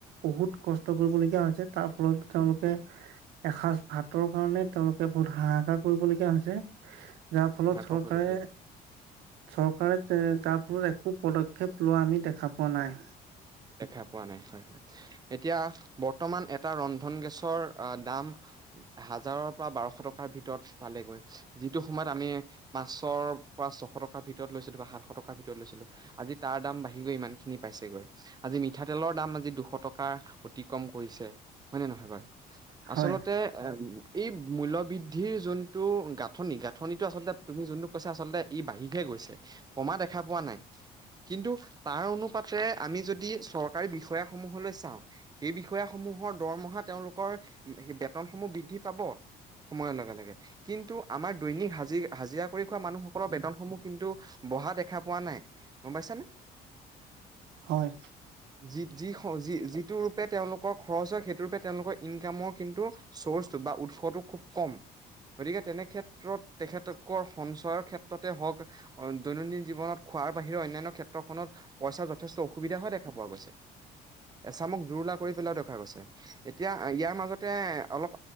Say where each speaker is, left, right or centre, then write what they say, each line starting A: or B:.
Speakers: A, on the right; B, on the right.
A: বহুত কষ্ট কৰিবলগীয়া হৈছে তাৰ ফলত তেওঁলোকে এসাঁজ ভাতৰ কাৰণে তেওঁলোকে বহুত হাহাকাৰ কৰিবলগীয়া হৈছে। যাৰ ফলত
B: ভাগ
A: চৰকাৰে
B: কৰিব লাগিব
A: চৰকাৰে তাৰ ফলত একো পদক্ষেপ লোৱা আমি দেখা পোৱা নাই।
B: দেখা পোৱা নাই হয় এতিয়া বৰ্তমান এটা ৰন্ধন গেছৰ দাম হাজাৰৰ পৰা বাৰশ টকাৰ ভিতৰত পালেগৈ যিটো সময়ত আমি পাঁচশ প ছশ টকাৰ ভিতৰত লৈছিলো বা সাতশ টকাৰ ভিতৰত লৈছিলো, আজি তাৰ দাম বাঢ়ি গৈ ইমান খিনি পাইছেগৈ। আজি মিঠাতেলৰ দাম আজি দুশ টকা অতিক্ৰম কৰিছে হয় নে নহয়, বাৰু
A: হয়
B: আচলতে এ এই মূল্যবৃদ্ধিৰ যোনটো গাঁথনি গাঁথনিটো আচলতে তুমি যোনটো কৈছা আচলতে ই বাঢ়িহে গৈছে কমা দেখা পোৱা নাই, কিন্তু তাৰ অনুপাতে আমি যদি চৰকাৰী বিষয়াসমূহলৈ চাওঁ সেই বিষয়াসমূহৰ দৰমহা তেওঁলোকৰ স বেতনসমূহ বৃদ্ধি পাব সময়ৰ লগে লগে কিন্তু আমাৰ দৈনিক হাজি হাজিৰা কৰি খোৱা মানুহসকলৰ বেতনসমূহ কিন্তু বহা দেখা পোৱা নাই গম পাইছানে
A: হয়
B: যি যি যি যিটো ৰূপে তেওঁলোক খৰচ হয় সেইটোৰূপে তেওঁলোকৰ ইনকামৰ কিন্তু চ'ৰ্চটো বা উৎসটো খুব কম। গতিকে তেনে ক্ষেত্ৰত তেখেতৰ সঞ্চয়ৰ ক্ষেত্ৰতে হওঁক দৈনন্দিন জীৱনত খোৱাৰ বাহিৰে অন্যান্য ক্ষেত্ৰখনত পইচা যথেষ্ট অসুবিধা হ দেখা পোৱা গৈছে। এছামক দুৰুলা কৰি পেলাইও দেখুৱা গৈছে এতিয়া ইয়াৰ মাজতে অলপ